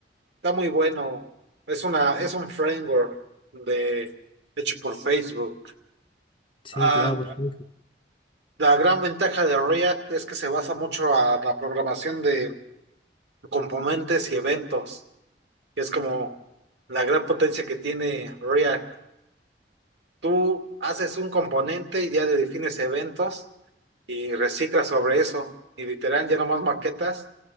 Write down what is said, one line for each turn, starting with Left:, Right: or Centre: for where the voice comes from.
Right: está muy bueno. Es una, es un framework de, hecho por Facebook.
Left: Sí,
Right: Ah,
Left: claro, porque
Right: Ya. la gran ventaja de React es que se basa mucho a la programación de componentes y eventos, que es como la gran potencia que tiene React. Tú haces un componente y ya le defines eventos y reciclas sobre eso. Y literal, ya nomás maquetas